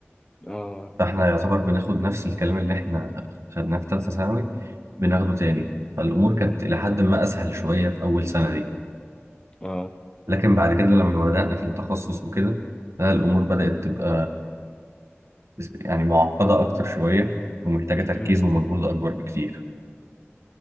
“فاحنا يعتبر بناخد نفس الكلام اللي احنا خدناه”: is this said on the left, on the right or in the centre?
Right